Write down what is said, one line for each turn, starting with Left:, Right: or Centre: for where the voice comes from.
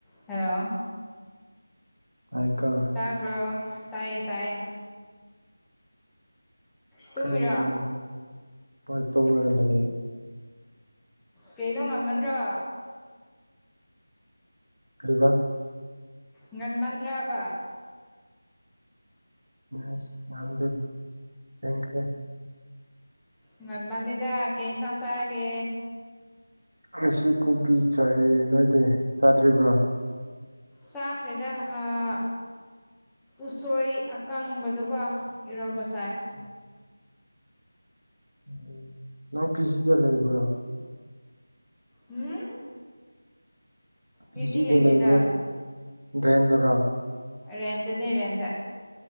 Centre: hello
Right: ꯇꯥꯏꯀꯣ
Centre: ꯇꯥꯕꯔꯣ ꯇꯥꯏꯌꯦ ꯇꯥꯏꯌꯦ ꯇꯨꯝꯃꯤꯔꯣ
Right: ꯀꯔꯤꯔꯣ ꯍꯣꯏ ꯇꯨꯔꯒ ꯂꯩ
Centre: ꯀꯅꯣ ꯉꯝꯃꯟꯗ꯭ꯔꯣ
Right: ꯀꯩꯕꯥ
Centre: ꯉꯟꯃꯟꯗ꯭ꯔꯥꯕ
Right: ꯑꯁ ꯉꯟꯗꯦ ꯊꯦꯡꯈꯔꯦ
Centre: ꯉꯟꯃꯜꯔꯦꯗ ꯀꯩ ꯏꯟꯁꯥꯡ ꯆꯥꯔꯥꯒꯦ
Right: ꯉꯁꯤ ꯀꯣꯕꯤ ꯆꯥꯏꯌꯦ ꯅꯣꯏꯗꯤ ꯆꯥꯗ꯭ꯔꯤꯕ꯭ꯔꯥ
Centre: ꯆꯥꯈ꯭ꯔꯦꯗ ꯑꯥ ꯎꯁꯣꯏ ꯑꯀꯪꯕꯗꯣꯀꯣ ꯏꯔꯣꯝꯕ ꯆꯥꯏ
Right: <inaudible> ꯎꯝ ꯅꯪ ꯄꯤꯖꯤꯗ ꯂꯩꯕ꯭ꯔꯥ
Centre: ꯎꯝ
Right: ꯄꯤ
Centre: ꯄꯤꯖꯤ
Right: ꯖꯤꯗ
Centre: ꯂꯩꯇꯦꯗ
Right: ꯂꯩꯕ ꯗ꯭ꯔꯦꯟꯗꯔꯥ
Centre: ꯔꯦꯟꯗ ꯗꯅꯦ ꯔꯦꯟꯗ ꯗ